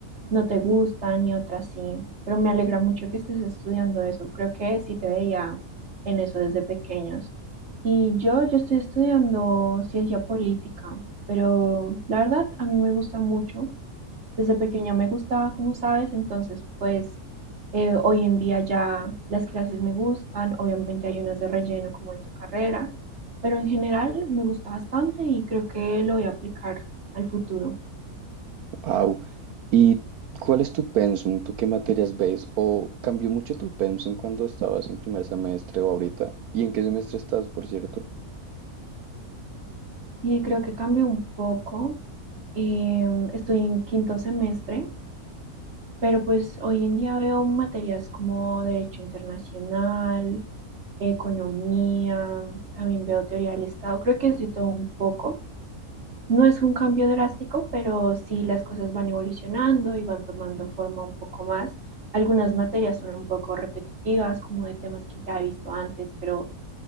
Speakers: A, on the right; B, on the right.
A: no te gustan y otras sí, pero me alegra mucho que estés estudiando eso. Creo que sí te veía en eso desde pequeños. Y yo, yo estoy estudiando ciencia política, pero la verdad a mí me gusta mucho. Desde pequeña me gustaba, como sabes, entonces pues eh, hoy en día ya las clases me gustan, obviamente hay unas de relleno como en tu carrera, pero en general me gusta bastante y creo que lo voy a aplicar al futuro.
B: Wow. ¿Y cuál es tu pensum? ¿Tú qué materias ves? ¿O cambió mucho tu pensum cuando estabas en primer semestre o ahorita? ¿Y en qué semestre estás, por cierto?
A: Y creo que cambió un poco Em, estoy en quinto semestre, pero pues hoy en día veo materias como Derecho Internacional, Economía, también veo Teoría del Estado, creo que es de todo un poco. No es un cambio drástico, pero sí las cosas van evolucionando y van tomando forma un poco más. Algunas materias son un poco repetitivas, como de temas que ya he visto antes, pero